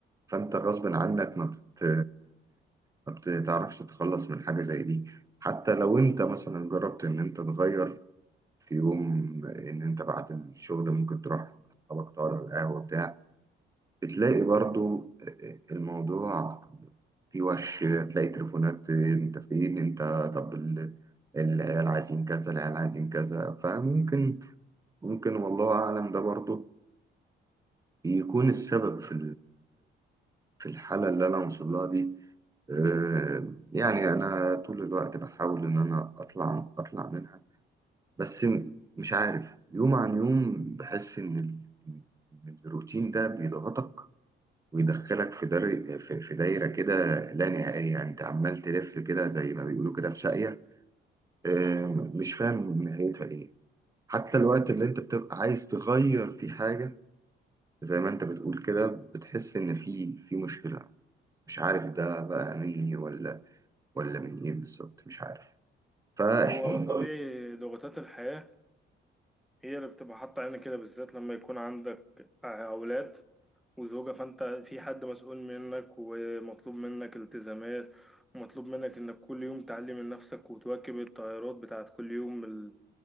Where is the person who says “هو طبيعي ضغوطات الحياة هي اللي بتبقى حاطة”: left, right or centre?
Centre